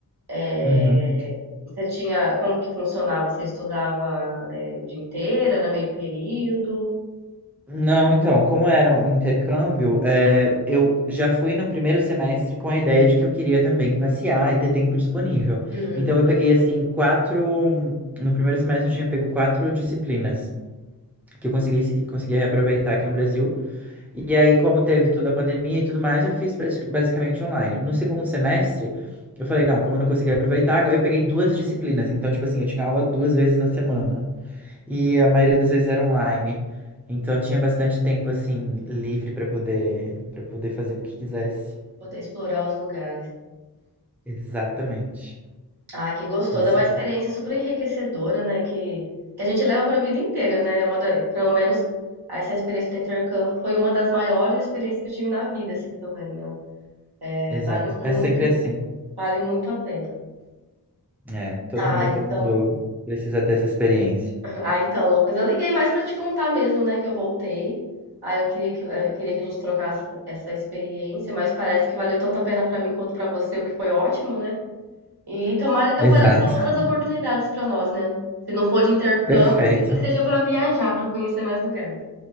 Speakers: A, on the right (about 75°); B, in the centre.
A: Eh,
B: Uhum.
A: você tinha como que funcionava? Você estudava, eh, o dia inteiro? Era meio período?
B: Não, então, como era um intercâmbio, é, eu já fui no primeiro semestre com a ideia de que eu queria também passear e ter tempo disponível.
A: Uhum.
B: Então, eu peguei, assim, quatro. No primeiro semestre, eu tinha pego quatro disciplinas que eu consegui, se- consegui reaproveitar aqui no Brasil. E aí, como teve toda a pandemia e tudo mais, eu fiz prati- basicamente online. No segundo semestre, eu falei, não, como eu não consegui aproveitar, agora eu peguei duas disciplinas. Então, tipo assim, eu tinha aula duas vezes na semana. E a maioria das vezes era online. Então tinha bastante tempo assim livre para poder para poder fazer o que quisesse.
A: Poder explorar os lugares.
B: Exatamente.
A: Ah, que gostoso.
B: Isso
A: É uma experiência
B: mesmo.
A: super enriquecedora, né? Que, que a gente leva para a vida inteira, né? É Uma da- pelo menos essa experiência do intercâmbio foi uma das maiores experiências que eu tive na vida, assim, também, né? É,
B: Exato.
A: vale muito,
B: É sempre assim.
A: vale muito a pena.
B: É, todo
A: Ah,
B: mundo,
A: então.
B: todo mundo precisa ter essa experiência.
A: Ah, então, Lucas, eu liguei mais pra te contar mesmo, né, que eu voltei. Ah, eu queria que, eu queria que a gente trocasse essa experiência, mas parece que valeu tanto a pena pra mim quanto pra você, o que foi ótimo, né? E tomara que
B: Exato.
A: apareçam outras oportunidades pra nós, né? Se não for de intercâmbio,
B: Perfeito.
A: se que seja pra viajar, pra conhecer mais lugares.